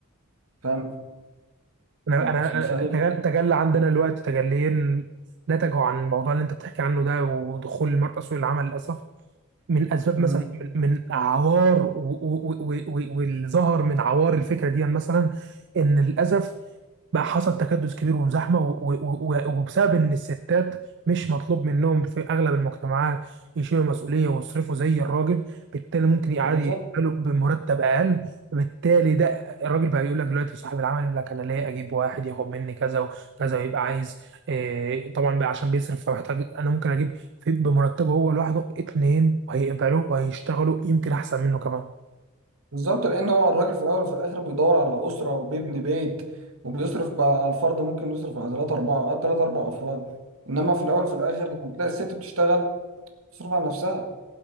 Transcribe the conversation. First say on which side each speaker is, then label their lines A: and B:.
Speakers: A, on the right; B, on the right.
A: فاهم
B: انا
A: ف-
B: انا
A: ف- فهي-
B: تجل- تجلى عندنا دلوقتي تجليين نتجوا عن الموضوع اللي انت بتحكي عنه ده ودخول المرأة سوق العمل للاسف من اسباب
A: مم،
B: مثلا من من عوار و- و- و- و- واللي ظهر من عوار الفكره دي يعني مثلا ان للاسف بقى حصل تكدس كبير وزحمه و- و- و- وبسبب ان الستات مش مطلوب منهم في اغلب المجتمعات يشيلوا مسؤوليه ويصرفوا زي الراجل بالتالي ممكن يقعدوا
A: بالظبط
B: يقبلوا بمرتب اقل بالتالي ده الراجل بقى يقول لك دلوقتي صاحب العمل يقول لك انا ليه اجيب واحد ياخد مني كذا وكذا ويبقى عايز إيه طبعا بقى عشان بيصرف فمحتاج انا ممكن اجيب في بمرتبه هو لوحده اتنين وهيقبلوا وهيشتغلوا يمكن احسن منه كمان
A: بالظبط لان هو الراجل في الاول وفي الاخر بيدور على اسره وبيبني بيت وبيصرف بقى على الفرد ممكن يصرف على ثلاثة اربعة آه، ثلاث اربع افراد انما في الاول وفي الاخر لما بتلاقي الست بتشتغل بتصرف على نفسها